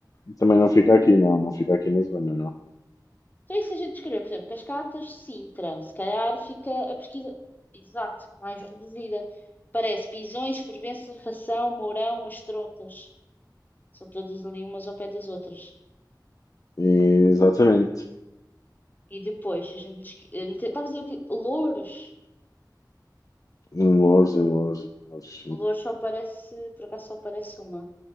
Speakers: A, on the left; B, on the left.
A: também não fica aqui, não, não fica aqui na zona, não.
B: Então, e se a gente escrever, por exemplo, Cascatas, Sintra, se calhar fica a pesquisa, exato, mais reduzida. Parece Pisões, Fervença, Fação, Mourão, Mastrontas. São todas ali umas ao pé das outras.
A: Exatamente.
B: E depois, a gente. esque- eh, mete- Estava a dizer o quê? Louros.
A: Em Loures, em Loures, em Loures.
B: Louros só aparece, por acaso só aparece uma.